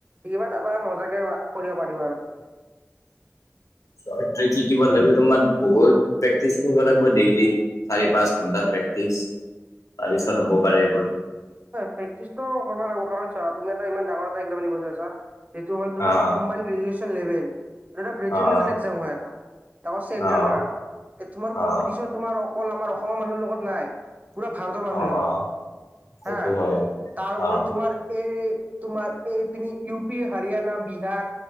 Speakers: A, on the right; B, on the left.
A: এইবাৰ তাৰপৰা মজাকে কৰিব পাৰিবা আৰু৷
B: চৰট ট্ৰিক শিকিব লাগিলে তোমাৰ বহুত প্ৰেক্টিচ কৰিব লাগিব ডেইলি৷ চাৰি পাঁচ ঘন্টাাত প্ৰেক্টিচ, তাৰপিছত হ'ব পাৰে এইবোৰ।
A: প্ৰেকটিছটো কৰিব লাগিব কাৰণ চ তুমি এটা ইমান ডাঙৰ এটা এক্সাম দিব যায় আছা। এইটো হল তোমাৰ
B: অ',
A: combine graduation level. Graduate
B: অ',
A: level এক্সাম হয় এটা চেন্ট্ৰেল
B: অ',
A: তোমাৰ
B: অ',
A: কম্পিটিচন৷ তোমাৰ অকল আমাৰ অসমৰ মানুহ লগত নাই, পুৰা ভাৰতৰ মানুহৰ
B: অ',
A: লগত।
B: অ', সেইটো
A: হা
B: হয়।
A: তাৰপৰি
B: অ',
A: তোমাৰ এই তোমাৰ এই পিনি ইউ পি হাৰিয়ানা বিহাৰ